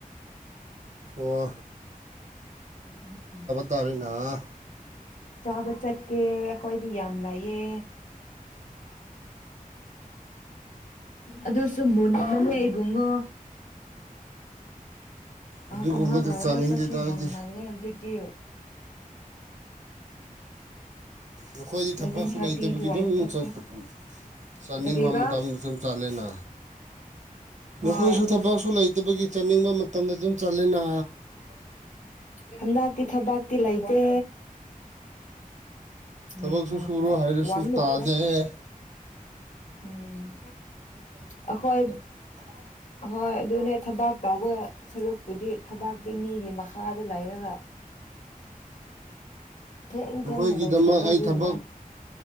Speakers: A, on the right; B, on the left.
A: ꯑꯣ
B: <unintelligible>
A: ꯇꯔꯔꯤꯅ
B: ꯆꯥꯕ ꯆꯠꯀꯦ ꯍꯣꯏꯗꯤ ꯌꯥꯝ ꯂꯩꯑꯦ ꯑꯗꯨꯁꯨ ꯃꯨꯟꯅ ꯂꯩ ꯏꯕꯨꯡꯉꯣ
A: ꯑꯗꯨꯒꯨꯝꯕꯗ
B: ꯑꯍꯥꯛ ꯂꯥꯏꯔꯒꯥ
A: ꯆꯥꯅꯤꯡꯗꯦꯗ
B: ꯆꯠꯁꯦ
A: ꯑꯩꯗꯤ
B: ꯉꯥꯟꯃꯜꯂꯦ ꯍꯧꯖꯤꯛꯇ
A: ꯑꯩꯈꯣꯏꯗꯤ
B: ꯏꯂꯚꯦꯟ
A: ꯊꯕꯛꯁꯨ
B: ꯊꯥꯔꯇꯤ
A: ꯂꯩꯇꯕꯒꯤ
B: ꯑꯗꯨꯋꯥꯏꯗ
A: ꯑꯗꯨꯝ
B: ꯆꯠꯁꯦ
A: ꯆꯄ ꯆꯠꯅꯤꯡꯕ
B: ꯀꯔꯤꯕ
A: ꯃꯇꯝꯗ ꯑꯗꯨꯝ ꯆꯠꯂꯦꯅ ꯅꯈꯣꯏꯁꯨ
B: ꯍꯣꯏ
A: ꯊꯕꯛꯁꯨ ꯂꯩꯇꯦ ꯠꯇꯕꯒꯤ ꯆꯠꯅꯤꯡꯕ ꯃꯇꯝꯗ ꯑꯗꯨꯝ ꯆꯠꯂꯦꯅ
B: <inaudible> ꯍꯟꯥꯛꯇ ꯊꯕꯥꯛꯇ ꯂꯥꯏꯇꯦ
A: ꯊꯕꯛꯁꯨ
B: ꯂꯩ
A: ꯁꯨꯔꯣ ꯍꯥꯏꯔꯁꯨ
B: ꯋꯥꯟꯅꯔꯗ
A: ꯇꯥꯗꯦ
B: ꯎꯝ ꯑꯩꯈꯣꯏ
A: ꯍꯣꯏ
B: ꯑꯍꯣꯏ ꯑꯗꯨꯅꯦ ꯊꯕꯥꯛ ꯇꯥꯎꯕ ꯁꯔꯨꯛꯄꯨꯗꯤ ꯊꯕꯥꯛꯇꯤ ꯃꯤꯒꯤ ꯃꯈꯥꯗ ꯂꯩꯔꯒ ꯊꯦꯡ
A: ꯅꯈꯣꯏꯒꯤꯗꯃꯛ
B: ꯊꯦꯡꯅ ꯂꯣꯏꯁꯤꯜꯂꯦ
A: ꯑꯩ
B: ꯑꯗꯨꯒꯤꯅꯦ
A: ꯊꯕꯛ